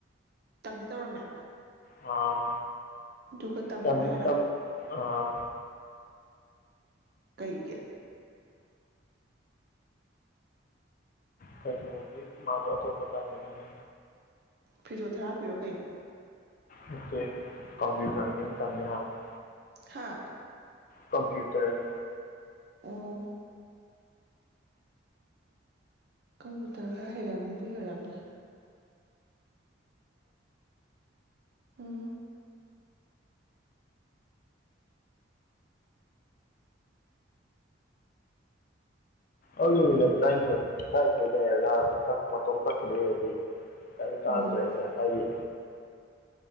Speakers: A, on the right (about 50°); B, on the left (about 45°).
A: ꯇꯝꯗꯤ ꯇꯧꯔꯝꯃꯦ
B: ꯑꯥ
A: ꯑꯗꯨꯒ ꯇꯝꯃꯔꯣꯏ
B: ꯇꯝꯗꯤ
A: ꯍꯥꯏꯔꯣ
B: ꯇꯝ ꯑꯥ
A: ꯀꯩꯒꯤ
B: ꯀꯩꯅꯣꯒꯤ ꯃꯥꯗꯣ ꯑꯇꯣꯞꯄ ꯇꯥꯝꯃꯅꯤꯌꯦ
A: ꯐꯤꯖꯣ ꯊꯔꯥꯞꯄꯤꯔꯣ ꯀꯩꯅꯣ
B: ꯅꯠꯇꯦ ꯀꯝꯄ꯭ꯌꯨꯇꯔꯒꯤ ꯑꯃ ꯇꯝꯅꯤ ꯍꯥꯏꯕꯅꯤ
A: ꯍꯥ
B: ꯀꯝꯄ꯭ꯌꯨꯇꯔꯒꯤ
A: ꯑꯣ ꯀꯝꯄ꯭ꯌꯨꯇꯔ ꯈꯔ ꯍꯩꯔꯝꯒꯅꯤ ꯑꯗꯨꯏ ꯑꯣꯏꯔꯝꯅꯤ ꯎꯝ
B: ꯑꯗꯣ ꯃꯤꯅꯠ ꯇꯔꯥꯅꯤꯊꯣꯏ ꯇꯔꯥꯅꯤꯊꯣꯏ ꯂꯩꯔꯒ ꯃꯇꯣꯝ ꯀꯛꯈꯤ ꯗꯣꯏ ꯑꯣꯏꯔꯗꯤ ꯀꯌꯤꯝ
A: ꯎꯝ
B: ꯀꯥꯟꯅꯗ꯭ꯔꯦꯅꯦ ꯍꯥꯏꯗꯤ